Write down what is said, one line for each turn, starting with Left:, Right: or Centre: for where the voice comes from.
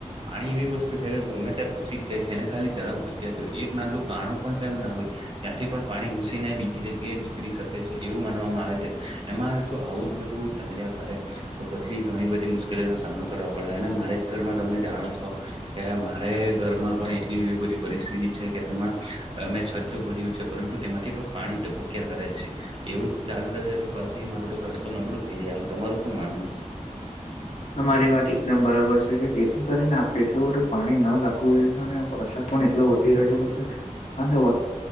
Right: પાણી એવી વસ્તુ છે, કે ગમે ત્યાયારે ઘુસી છેને ખાલી જરાક જગ્યા જોયે હો એક નાનું કાણું પણ કેમ ના હોય ત્યાંથી પણ પાણી ઘૂસીને બીજી જગ્યાએ નીકળી શકે છે એવું માનવામાં આવે છે એમાં જો આવું જ બધું ચાલ્યા કરે તો પછી ઘણી બધી મુશ્કેલીઓનો સામનો કરવા પડે અને મારે જ ઘરમાં તમે જાણો છો કે મારે ઘરમાં પણ એટલી એ બધી પરિસ્થિતિ છે કે તેમાં અમે છજ્જું ભર્યું છે પરંતુ તેમાંથી પણ પાણી ટપક્યા કરે છે એવું ચાલુ રહે તો પછી મારું તો ઘર તો નબળું થઈ જાય તમારું શું માનવું
Left: તમારી વાત એકદમ બરાબર છે કે જેથી કરીને આપડે એટલું બધું પાણી ન રાખવું જોઈએવરસાદ પણ એટલો વધી રહ્યો છે અને